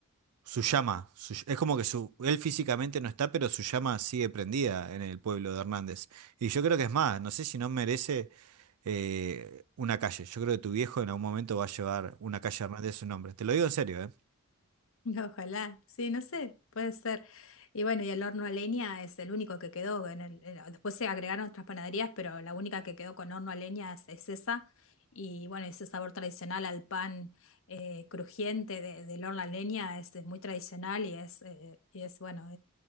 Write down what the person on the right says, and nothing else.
su llama, su- es como que su, él físicamente no está, pero su llama sigue prendida en el pueblo de Hernández. Y yo creo que es más, no sé si no merece eh, una calle. Yo creo que tu viejo en algún momento va a llevar una calle Hernández a su nombre. Te lo digo en serio, ¿eh?